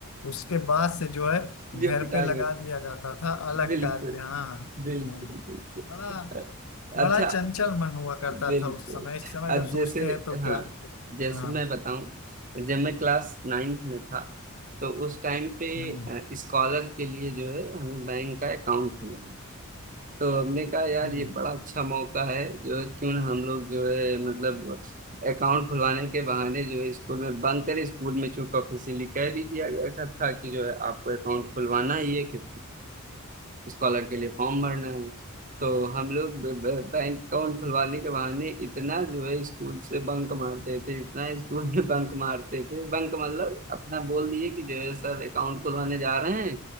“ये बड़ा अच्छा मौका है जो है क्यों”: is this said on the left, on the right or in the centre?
Right